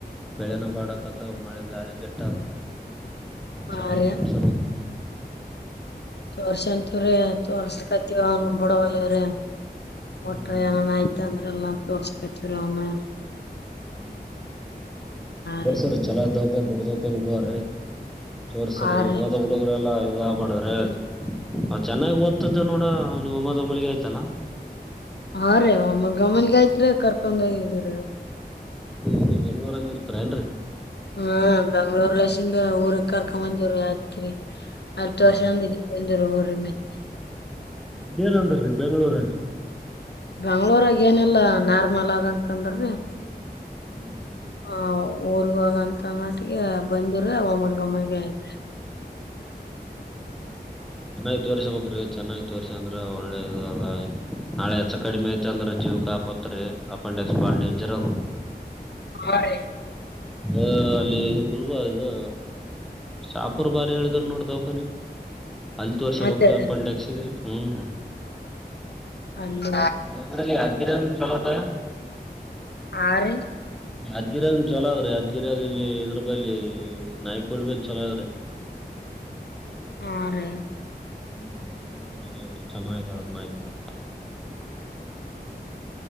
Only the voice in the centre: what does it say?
ಬೆಳೆನ ಬಾಡಕತವ ಮಳೆ ಗಾಳಿ ಗಟ್ಟ.
ಸರ
ತುಷ.
ಹ್ಮ್
ಹ ಬರ್ಸರ
ಚಲ ದಕನ್ ದೊಡ್ಡ ದೊಕನ್ ಗು ರ. ಸೋರ್ ಸರ್ರೀ
ಹೋದಾಗ ಹುಡುಗ್ರ ಎಾ. ಬ್ರ ಚೆನ್ನಾಗಿ ಓದ್ತಿದ್ದ ನೋಡ ನೀವು ಅಮ್ಮದೊಮ್ಮಿಗೆ ಆಯ್ತಲ್ಲ.
ಲ್ಲಿ ಬೆಂಗ್ಳೂರಗ ಇರ್ತಾರ ಏಲ್ರರಿ.
ಹಾ
ಮೇನ ಅಂತಾರೀ ಬೆಂಳೂರಾಗ.
ಅಂದ್ರೆ.
ಮನೇಲ ತೋರ್ಷಾಬೇಕ್ರಿ. ಚೆನ್ನಾಗಿ ತೋರ್ಸ್ಯಂದ್ರ ಒಳ್ಳೆದಾದ ನಾಳೆ ಹೆಚ್ಚ ಕಡಿಮೆ ಐತೆ ಅಂದ್ರ ಜೀವ್ಕ ಆಪತ್ರಿ ಆಪ ಡೆಸ್ಕ್ಪಾ ಡೇಂಜರ್ ಅದು.
ಹ ಅಲ್ಲಿ. ಗುಲ್ಬದು ಶಾಪೂರ್ ಬಾರಿ ಹೇಳಿದ್ರ ನೋಡ ದೌಖಾನಿ. ಅಲ್ ತೀರ್ಷಬೇಕ್
ಅಪೆಂಡೆಕ್ಸ್ಗಿ ಹ್ಮ್.
ಇಲ್ಲಂದ್ರ ಅಲ್ಲಿ ಯಾದಗಿರ್ಯಾಗ್ ಚಲೋದ.
ಯಾದಗಿರ್ಯ ಚಲೋ ಆದ್ರಿ ಯಾದಗಿರ್ಯಾಗ್ ಇಲ್ಲಿ ಇದರ ಬಲ್ಲಿ ನಾಯ್ಕೋಡ್ ಬಲ್ಲಿ ಚಲೋ ಆದ್ರಿ.
ಹ್ಮ್ ನಾಯ್ಕೋಡ್ ಚಲೋ ಆದ್ರಿ ಚೆನ್ನಾಗಿ ಆದ್ ನಾಯ್ಕೋಡ್.